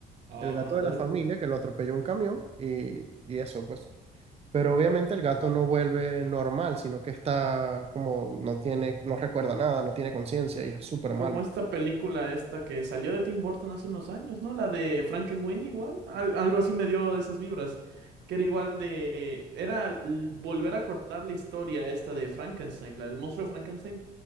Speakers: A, on the right; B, on the right.
A: Ah,
B: el gato de la familia que lo atropelló un camión y, y eso pues. Pero obviamente el gato no vuelve normal, sino que está como, no tiene, no recuerda nada, no tiene conciencia y es súper malo.
A: Como esta película esta que salió de Tim Burton hace unos años, ¿no? La de Frankenweenie igual, al- algo así me dio esas vibras, que era igual de, era l- volver a cortar la historia esta de Frankenstein, la del monstruo Frankenstein,